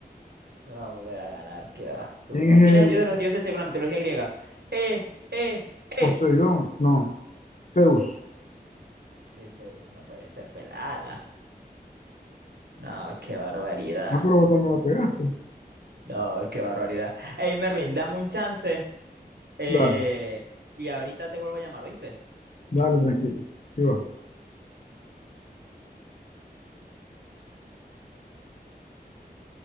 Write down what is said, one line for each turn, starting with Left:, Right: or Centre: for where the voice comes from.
Right: Me va a volver a ganar, qué basura.
Left: ¿Quién
Right: ¿Quién
Left: es el
Right: es el dios de los dioses según la mitología griega? Eh, eh, eh.
Left: Poseidón? No, Zeus.
Right: Sí, Zeus, no puede ser pelala. No, qué barbaridad.
Left: Ah, pero vos también la pegaste.
Right: No, qué barbaridad. Hey, Mervin, dame un chance. eh,
Left: Dale,
Right: y ahorita te vuelvo a llamar, ¿oíste?
Left: dale, tranquilo. Sí va.